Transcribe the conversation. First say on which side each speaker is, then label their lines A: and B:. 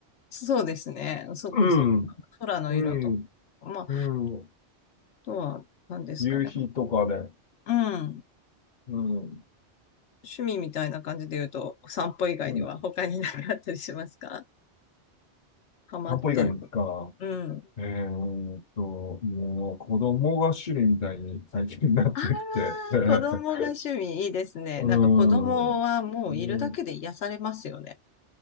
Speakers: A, on the left; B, on the left.
A: そうですね。そっかそっか。
B: うん。
A: 空の色とか。
B: うん。
A: まあ
B: うん。
A: とは、何ですかね。
B: 夕日とかで、
A: うん。趣、
B: うん。
A: 趣味みたいな感じで言うと、お散歩以外には他になかったりしますか
B: うん。
A: ハマってる。
B: 散歩以外にですか、
A: うん。
B: えーっと、もう子供が主類みたいに最近になってきて、
A: ああ、
B: <laughs>
A: 子供が趣味いいですね。
B: うん。
A: なんか子供はもういるだけで癒されますよね。
B: うん。